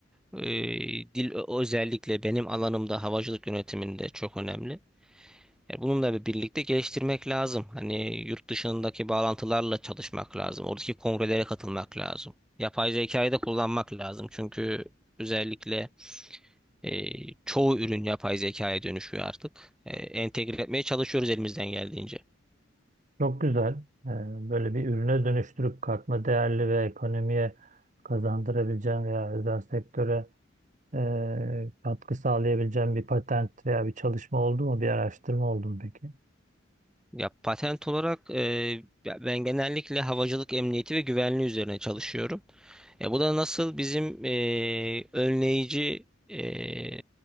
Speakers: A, in the centre; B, on the right.
A: Ee, dil ö- özellikle benim alanımda havacılık yönetiminde çok önemli. E, Bununla bir- birlikte geliştirmek lazım. Hani yurt dışındaki bağlantılarla çalışmak lazım. Oradaki kongrelere katılmak lazım. Yapay zekayı da kullanmak lazım. Çünkü özellikle e, çoğu ürün yapay zekaya dönüşüyor artık. E, entegre etmeye çalışıyoruz elimizden geldiğince.
B: Çok güzel. Ee, Böyle bir ürüne dönüştürüp katma değerli ve ekonomiye kazandırabileceğin veya özel sektöre e, katkı sağlayabileceğin bir patent veya bir çalışma oldu mu? Bir araştırma oldu mu peki?
A: Ya patent olarak e, ya ben genellikle havacılık emniyeti ve güvenliği üzerine çalışıyorum. E, bu da nasıl bizim e, önleyici e,